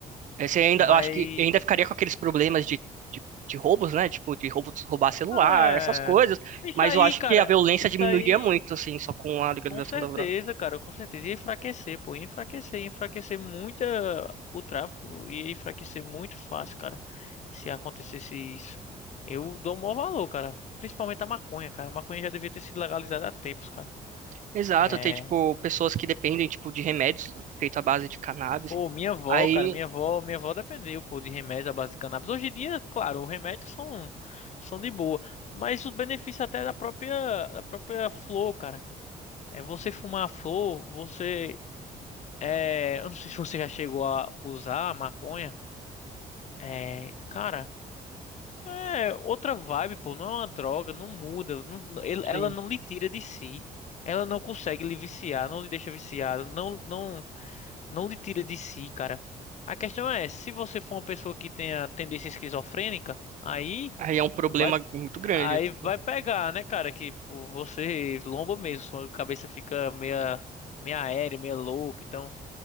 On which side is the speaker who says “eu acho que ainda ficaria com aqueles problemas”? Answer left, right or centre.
Right